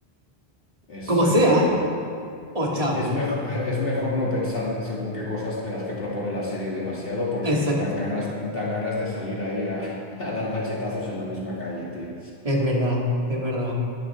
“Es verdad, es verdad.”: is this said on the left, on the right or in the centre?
Right